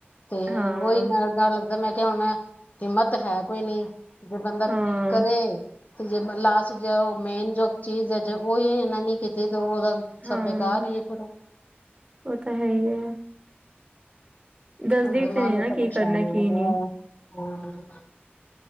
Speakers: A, on the left (about 40°); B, on the right (about 25°).
A: ਤੇ
B: ਹਾਂ
A: ਉਹੀ ਮੈਂ ਡਰ ਲੱਗਦਾ ਮੈਂ ਹੁਣ ਮੈਂ ਹਿੰਮਤ ਤ ਹੈ ਕੋਈ ਨੀ ਜੇ ਬੰਦਾ
B: ਹਾਂ
A: ਕਰੇ ਤੇ ਜੇ ਲਾਸਟ ਜੋ ਮੇਨ ਜੋ ਚੀਜ਼ ਹੈ ਜੇ ਉਹੀ ਇਹਨਾਂ ਨੀ ਕੀਤੀ ਤੇ ਉਹਦਾ ਸਭ
B: ਹਾਂ
A: ਬੇਕਾਰ ਹੀ ਏ ਫੇਰ ਉਹ।
B: ਉਹ ਤਾਂ ਹੈ ਹੀ ਹੈ। ਦੱਸਦੀ
A: ਅ ਦਿਮਾਗ
B: ਤੇ ਨੀ ਨਾ
A: ਇੱਥੇ
B: ਕੀ
A: ਪਰੇਸ਼ਾਨ
B: ਕਰਨਾ
A: ਹੋਇਆ
B: ਕੀ
A: ਪਿਆ
B: ਨਹੀਂ
A: ਐ